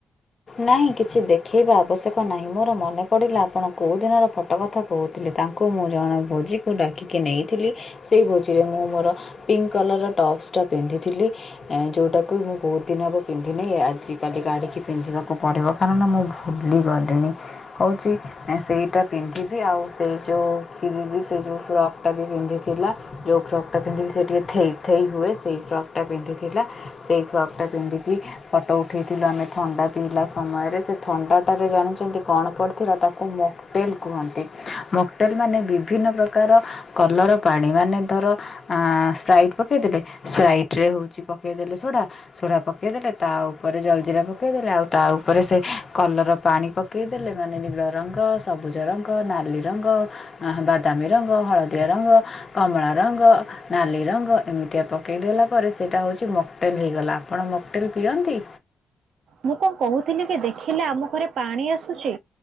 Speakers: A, on the left (about 35°); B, on the right (about 80°).
A: ନାହିଁ କିଛି ଦେଖେଇବା ଆବଶ୍ୟକ ନାହିଁ ମୋର ମନେ ପଡ଼ିଲା ଆପଣ କେଉଁ ଦିନର ଫଟୋ କଥା କହୁଥିଲେ। ତାଙ୍କୁ ମୁଁ ଜଣକ ଭୋଜିକୁ ଡାକିକି ନେଇଥିଲି ସେହି ଭୋଜିରେ ମୁଁ ମୋର ପିଙ୍କ୍ କଲର ର ଟପ୍ସଟା ପିନ୍ଧିଥିଲି। ଏ ଯୋଉଟାକୁ ମୁଁ ବହୁତ ଦିନ ହବ ପିନ୍ଧିନି ଆଜିିକାଲି କାଢିକି ପିନ୍ଧିବା କୁ ପଡ଼ିବ କାରଣ ମୁଁ ଭୁଲି ଗଲିଣି ହେଉଛି ସେଇଟା ପିନ୍ଧିବି ଆଉ ସେଇ ଯେଉ ଚିଲି ଦି ସେ ଯେଉ ଫ୍ରକ୍ ଟା ବି ପିନ୍ଧିଥିଲା ଯେଉଁ ଫ୍ରକ୍ ଟା ପିନ୍ଧିକି ସେ ଟିକେ ଥେଇ ଥେଇ ହୁଏ ସେଇ ଫ୍ରକ୍ ଟା ପିନ୍ଧିଥିଲା। ସେଇ ଫ୍ରକ୍ ଟା ପିନ୍ଧିକି ଫଟୋ ଉଠେଇଥିଲୁ ଆମେ ଖଣ୍ଡ ପିଇଲା ସମୟରେ ସେ ଥଣ୍ଡାଟାରେ ଜାଣିଛନ୍ତି କଣ ପଡ଼ିଥିଲା ତାକୁ ମୋକ୍ଟେଲ୍ କୁହନ୍ତି ମୋକ୍ ହୋଟେଲ୍ ମାନେ ବିଭିନ୍ନ ପ୍ରକାର କଲର ପାଣି ମାନେ ଧର ଆ ସ୍ପ୍ରାଇଟ୍ ପକେଇଦେବେ ସ୍ପ୍ରାଇଟ୍ ରେ ହଉଛି ପକେଇଦେଲେ ସୋଡ଼ା ସୋଢା ପକେଇଦଲେ ତା ଉପରେ ଜଲ୍ଜିିରା ପକେଇଦେଲେ ଆଉ ତା ଉପରେ ସେ କଲର ପାଣି ପକେଇଦେଲେ ମାନେ ନୀଳ ରଙ୍ଗ, ସବୁଜ ରଙ୍ଗ, ନାଲି ରଙ୍ଗ ଆହା ବାଦାମୀ ରଙ୍ଗ, ହଳଦିଆ ରଙ୍ଗ, କମଳା ରଙ୍ଗ ନାଲି ରଙ୍ଗ ଏମିତିଆ ପକେଇଦେଲା ପରେ ସେଇଟା ହେଉଛି ମକ୍ଟେଲ୍ ହେଇଗଲା ଆପଣ ମକ୍ଟେଲ ପିଅନ୍ତି?
B: ମୁଁ କଣ କହୁଥିଲି କି ଦେଖିଲେ ଆମ ଘରେ ପାଣି ଆସୁଛି